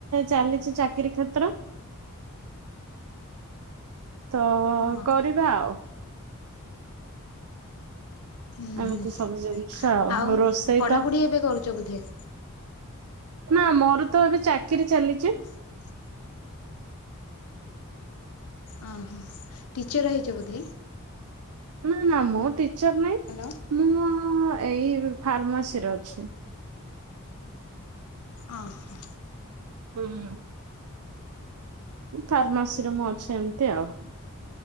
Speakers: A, on the right; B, on the left.
A: ଚାଲିଛି ଚାକିରୀ କ୍ଷେତ୍ର। ତ
B: ହଁ
A: କରିବା ଆଉ।
B: ହୁଁ
A: ଏମିତି
B: ହୁଁ
A: ସବୁ ଜିନିଷ
B: ଆଉ
A: ରୋଷେଇ
B: ପଢାପଢି
A: ତ
B: ଏବେ କରୁଛ ବଧେ?
A: ନା ମୋର ତ ଏବେ ଚାକିରି ଚାଲିଚି।
B: ହ ଅ ହ ଟିଚର ହେଇଛ ବୋଧେ।
A: ନା ନା ମୁଁ ଟିଚର ନାଇଁ।
B: ହାଲୋ।
A: ମୁଁ ଏଇ ଫାର୍ମାସିରେ ଅଛି।
B: ଅ ହ।
A: ହୁଁ ଫାର୍ମାସିରେ ମୁଁ ଅଛି ଏମିତି ଆଉ।